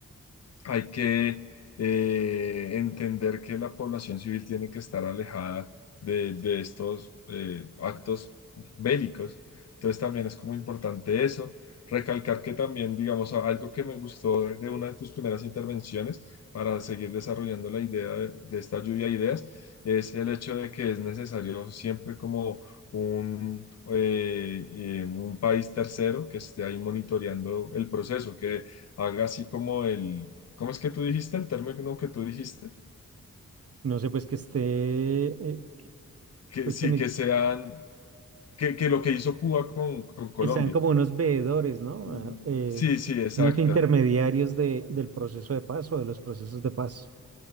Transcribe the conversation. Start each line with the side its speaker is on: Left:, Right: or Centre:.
Left: hay que eh, entender que la población civil tiene que estar alejada de, de estos eh, actos bélicos. Entonces también es como importante eso. Recalcar que también, digamos, algo que me gustó de una de tus primeras intervenciones para seguir desarrollando la idea de, de esta lluvia de ideas es el hecho de que es necesario siempre como un, eh, eh, un país tercero que esté ahí monitoreando el proceso, que haga así como el, ¿Cómo es que tú dijiste el término que tú dijiste?
Right: No sé, pues que esté, eh, que-
Left: Que
Right: pues
Left: sí,
Right: que ni-
Left: que sean, que, que lo que hizo Cuba con, con Colombia.
Right: que sean como unos veedores, ¿no?
Left: Mm,
Right: Eh,
Left: Sí, sí, exacta.
Right: unos Exacto. intermediarios de, del proceso de paz o de los procesos de paz.